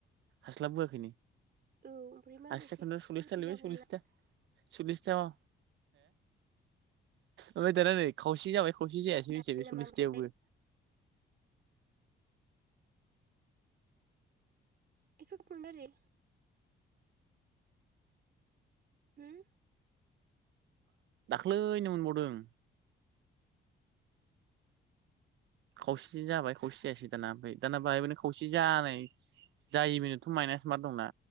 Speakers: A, on the right; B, on the right.
A: हास्लाबबोआखैनो
B: औ ओमफ्राय माखासे
A: आसिथाखौनो सल्लिस
B: माखासे
A: थालायबाय
B: जाबावला
A: सल्लिसथा सल्लिसथा हो ओफ्राय दाना नै खावसे जाबाय खावसै जायासै मोनथिबायना
B: दानो नामा
A: सल्लिसथायावबो
B: ओमफ्राय ए खन्द रै हम
A: दाख्लैनो मोनबावदों खावसे जाबाय खावसे जायासै दाना ओमफ्राय दाना बाहाय बेनो खसे जानाय जायि बेनोथ' माइनास मा दंना